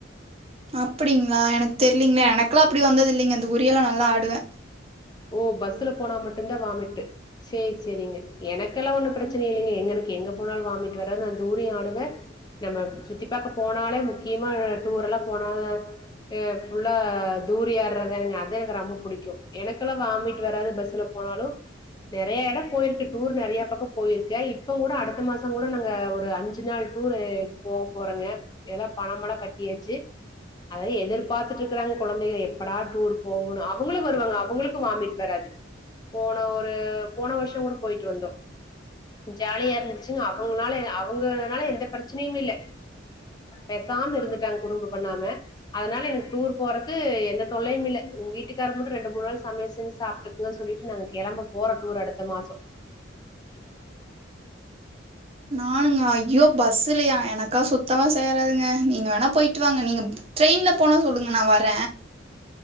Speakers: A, on the right; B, on the left.
A: அப்புடிங்களா எனக்கு தெரியலீங்கலே எனக்கெல்லா அப்படி வந்தது இல்லைங்க அந்த தூரி எல்லா நல்லா ஆடுவே
B: ஓ பஸ்ல போனா மட்டுதா வாமிட்டு் சேரி சேரிங்க எனக்கெல்லா ஒண்ணு பிரச்சனை இல்லைங்க எங்க எனக்கு எங்க போனாலு வாமிட் வராது நா தூரியு ஆடுவே நம்ம சுத்தி பாக்க போனாலே முக்கியமா டூர் எல்லாம போனா எ ஃபுல்லா தூரி ஆட்றதங்க அது எனக்கு ரொம்ப பிடிக்கு எனக் வாமிட்வராது பஸ்ல போனாலும நெறைய இட போயிருக்கு டூர் நிறைய பக்கம் போயிருக்க இப்ப கூட அடுத்த மாச கூட நாங்க ஒரு அஞ்சு நாள் டூர் போக போறோங்க இதல்லாம பணமெல்லா கட்டியாச்சு அத எதிர்பார்த்துட்டு இருக்காங்க கொழந்தைங்க எப்படா டூர் போவோனு அவங்களு வருவாங்க அவங்களுக் வாமிட் வராது போன ஒரு போன வருஷம் கூட போயிட்டு வந்தோ ஜாலியா இருந்துச்சுால அவங்கால அவங்கனால எந்த பிரச்சனையும் இல்ல பேசாம இருட்டாங்க குறும்பு பண்ணாம அதனால எனக்கு டூர் போறது எந்த தொல்லையு இல்ல வீட்டுக்கார மட்டு ரெண்டு மூணு நாள் சமையல் செஞ்சு சாப்பிட்டுக்குன்னு சொல்லிட்டு நாங்க கிளம்ப போறோ டூர் அடுத்த மாச
A: நானுங்கள ஐயோ பஸ்லையா எனக் அக்கா சுத்தமா சேராதுங்க நீங்க வேணா போயிட்டு வாங்க நீங்க ட்ரெயின்ல போன சொல்லுங்க நா வர